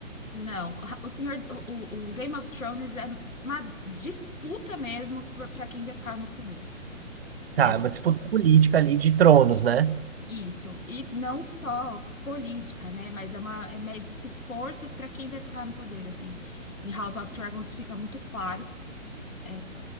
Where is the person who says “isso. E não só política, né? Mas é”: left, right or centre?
Left